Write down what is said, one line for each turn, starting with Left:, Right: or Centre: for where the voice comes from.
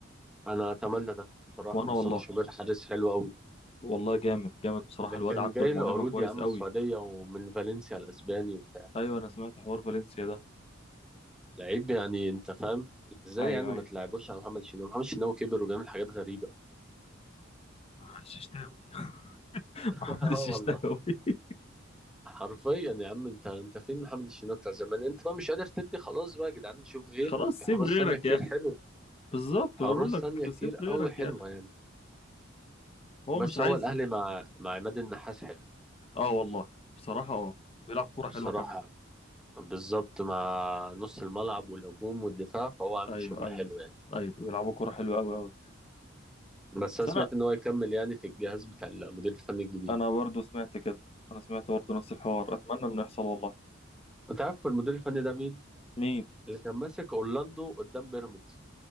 Centre: أنا أتمنى ده بصراحة
Left: وانا
Centre: مصطفى
Left: والله
Centre: شوبير حارس حلو أوي
Left: والله جامد جامد بصراحه
Centre: ده
Left: الواد
Centre: كان
Left: عنده
Centre: جاي
Left: الموهبه
Centre: له عروض
Left: كويس
Centre: يا عم
Left: قوي
Centre: السعودية ومن فالنسيا الأسباني وبتاع
Left: ايوه انا سمعت حوار فالنسيا ده
Centre: لعيب يعني أنت فاهم إزاي
Left: ايوه
Centre: يعني ما
Left: ايوه
Centre: تلعبوش على محمد شناوي محمد شناوي كبر وبيعمل حاجات غريبة
Left: الششتاوي <laughs>
Centre: <laughs>
Left: محمد
Centre: آه
Left: الششتاوي
Centre: والله
Left: <laughs>
Centre: حرفيا يا عم أنت أنت فين محمد الشناوي بتاع زمان أنت بقى مش قادر تدي خلاص بقى يا جدعان نشوف غيره
Left: خلاص
Centre: في
Left: سيب
Centre: حراس
Left: غيرك
Centre: تانية كتير
Left: يا اخي
Centre: حلوة
Left: بالظبط
Centre: حراس
Left: بقول لك
Centre: تانية كتير
Left: سيب غيرك
Centre: أوي حلوة
Left: يا اخي
Centre: يعني
Left: هو
Centre: بس
Left: مش عايز
Centre: هو الأهلي مع مع عماد النحاس حلو
Left: اه والله بصراحه اه بيلعب كوره حلوه
Centre: الصراحة
Left: كمان
Centre: بالظبط مع نص الملعب والهجوم والدفاع فهو عامل
Left: ايوه
Centre: شغل
Left: ايوه
Centre: حلو يعني
Left: ايوه بيلعبوا كوره حلوه قوي قوي
Centre: بس
Left: بس
Centre: انا سمعت
Left: انا
Centre: ان هو يكمل يعني في الجهاز بتاع المدير الفني الجديد
Left: انا برضه سمعت كده انا سمعت برضه نفس الحوار اتمنى انه يحصل والله
Centre: انت عارف المدير الفني ده مين
Left: مين
Centre: اللي كان ماسك اورلاندو قدام بيراميدز